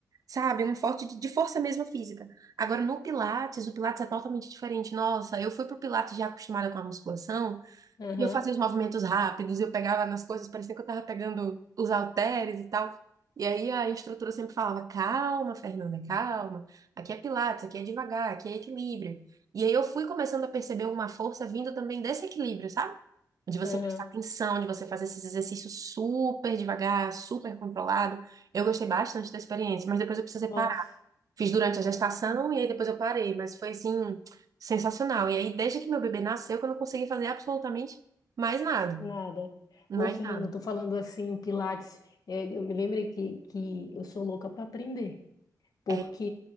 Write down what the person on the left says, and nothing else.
Aham,
aham.
Nossa,
nada.
Ô, Fernanda,
eu tô falando assim, Pilates, é, eu me lembrei que, que eu sou louca para aprender, porque